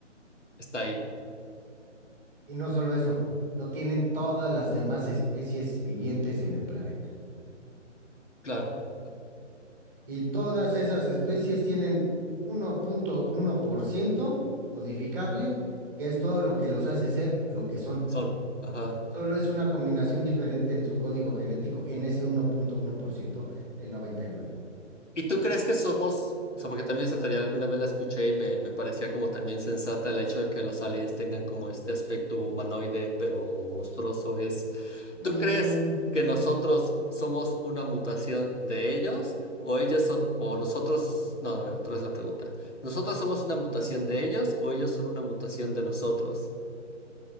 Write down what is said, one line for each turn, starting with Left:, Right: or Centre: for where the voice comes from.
Left: está ahí,
Centre: Y no solo eso, lo tienen todas las demás especies vivientes en el planeta.
Left: claro.
Centre: Y todas esas especies tienen uno uno punto uno por ciento codificable, que es todo lo que los hace ser lo que son.
Left: Son, ajá.
Centre: Solo es una combinación diferente en su código genético en ese uno uno punto uno por ciento del 99%.
Left: ¿Y tú crees que somos, o sea, porque también esa teoría alguna vez la escuché y me, me parecía como también sensata el hecho de que los aliens tengan como este aspecto humanoide, pero monstruoso es,
Centre: Mm,
Left: ¿tú crees que nosotros somos una mutación de ellos o ellos son, o nosotros, no, no, a ver, otra vez la pregunta, ¿nosotros somos una mutación de ellos o ellos son una mutación de nosotros?